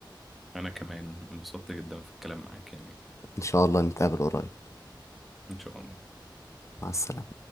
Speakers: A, in the centre; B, on the left.
A: أنا كمان انبسطت جدا في الكلام معاك يعني
B: ان شاء الله نتقابل قريب
A: إن شاء الله
B: مع السلامة